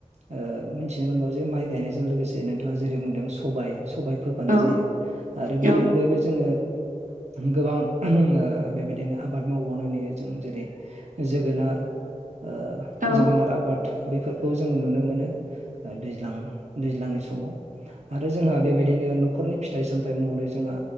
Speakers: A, on the right; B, on the right.
A: ओ मिथिनो मोनबावो जे माइ गायनायजों लोगोसे नोंथाङा जेरै बुंदों सबाय सबाय फोफानाय
B: औ
A: जायो आरो बेनि
B: औ
A: अनगायैबो जोङो गोबां ओ बेबायदिनो आबाद मावबावनाय नुयो जों जेरै जोगोनार ओ
B: औ
A: जोगोनार आबाद बेफोरखौ जोङो नुनो मोनो ओ दैज्लां दैज्लांनि समाव आरो जोंहा बेबायदिनो नखरनि फिथाइ सामथाइ महरै जोंहा